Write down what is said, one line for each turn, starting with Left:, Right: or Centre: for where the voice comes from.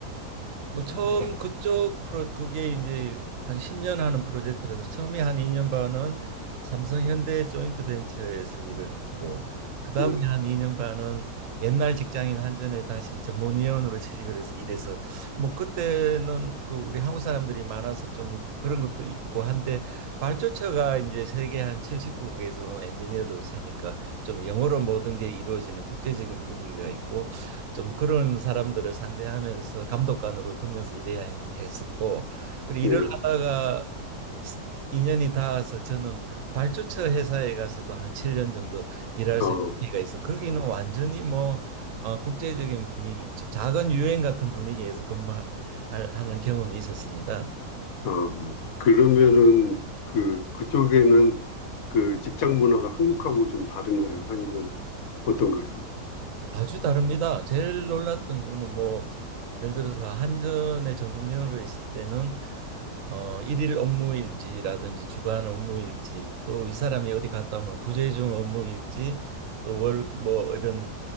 Right: 뭐 처음 그쪽 프로 그게 이제 한 10년 하는 프로젝트라서 처음에 한 2년 반은 삼성 현대 조인트 벤처에서 일을 했고 그다음에
Left: 예,
Right: 한 2년 반은 옛날 직장인 한전에 다시 전문위원으로 취직을 해서 일해서 뭐 그때는 그 우리 한국 사람들이 많아서 좀 그런 것도 있고 한데 발주처가 이제 세계 한 70국에서 온 엔지니어들을 사니까 좀 영어로 모든 게 이루어지는 국제적인 분위기가 있고 좀 그런 사람들을 상대하면서 감독관으로 두면서 일해야 했- 었고 그리고
Left: 예.
Right: 일을 하다가 인연이 닿아서 저는 발주처 회사에 가서도 한 7년 정도 일할
Left: 어,
Right: 수 있는 기회가 있어. 거기는 완전히 뭐 어, 국제적인 분위기, 작은 유엔 같은 분위기에서 근무하는 경험이 있었습니다.
Left: 어, 그러면은 그, 그쪽에는 그 직장 문화가 한국하고 좀 다른가요? 아니면 어떤가요?
Right: 아주 다릅니다. 제일 놀랐던 거는 뭐 예를 들어서 한전의 전문위원으로 있을 때는 어, 일일 업무일지라든지 주간 업무일지 또 이 사람이 어디 갔다 오면 부재중 업무일지 또 월 뭐 이런